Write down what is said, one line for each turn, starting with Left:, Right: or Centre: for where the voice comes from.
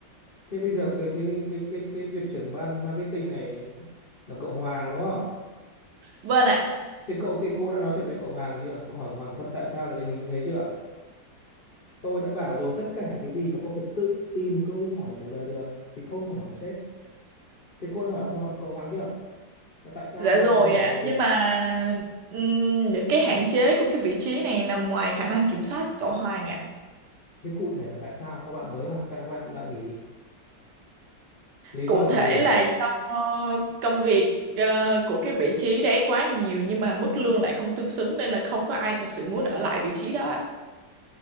Left: Thế bây giờ cái thế cái cái cái việc trưởng ban marketing này là cậu Hoàng đúng không?
Right: vâng ạ
Left: Thế cậu cái cô đã nói chuyện với cậu Hoàng chưa? Cậu hỏi cậu Hoàng Quân tại sao lại tình hình như thế chưa? Tôi đã bảo rồi tất cả cái gì mà có thể tự tìm câu hỏi trả lời được thì không phải hỏi sếp. Thế cô đã hỏi ông Hoàng- cậu Hoàng chưa? Là tại sao
Right: dạ
Left: các bạn
Right: rồi
Left: ấy bỏ
Right: ạ
Left: bỏ việc?
Right: nhưng mà ừm, những cái hạn chế của cái vị trí này nằm ngoài khả năng kiểm soát của cậu Hoàng ạ
Left: Thế cụ thể là tại sao các bạn mới vào các bạn lại nghỉ? Lý
Right: cụ
Left: do
Right: thể
Left: là gì?
Right: là do công việc ờ, của cái vị trí đấy quá nhiều nhưng mà mức lương lại không tương xứng nên là không có ai thật sự muốn ở lại vị trí đó ạ